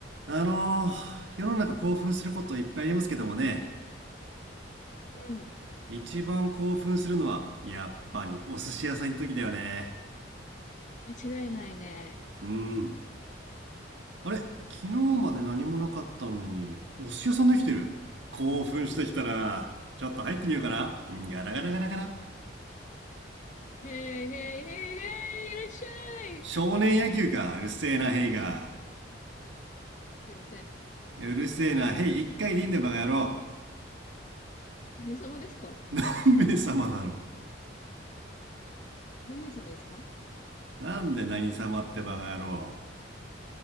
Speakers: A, on the right; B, on the left.
A: あのー世の中興奮することいっぱいありますけどもね、
B: うん。
A: 一番興奮するのは、やっぱりお寿司屋さんの時だよね。
B: 間違いないね。
A: うん。あれ昨日まで何もなかったのに、お寿司屋さんできてる。興奮してきたら、ちょっと入ってみようかな。うんガラガラガラガラ。
B: へいへいへいへい、いらっしゃい。
A: 少年野球か、うるせえな、ヘイが。
B: すいません。
A: うるせえな、ヘイ、一回でいいんだよ、バカ野郎。
B: 何様ですか
A: <laughs> 目様だろ。
B: 何名様ですか
A: なんで何様ってバカ野郎。